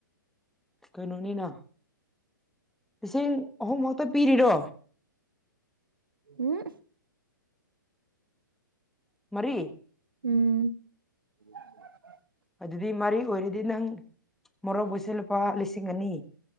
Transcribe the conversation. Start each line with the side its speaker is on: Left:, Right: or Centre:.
Centre: ꯀꯩꯅꯣꯅꯤꯅ ꯂꯤꯁꯤꯡ ꯑꯍꯨꯝꯃꯛꯇ ꯄꯤꯔꯤꯔꯣ
Right: ꯎꯝ
Centre: ꯃꯔꯤ
Right: ꯎꯝ <unintelligible>
Centre: ꯑꯗꯨꯗꯤ ꯃꯔꯤ ꯑꯣꯏꯔꯗꯤ ꯅꯪ ꯃꯣꯔꯣꯛꯕꯨꯠꯁꯦ ꯂꯨꯄꯥ ꯂꯤꯁꯤꯡ ꯑꯅꯤ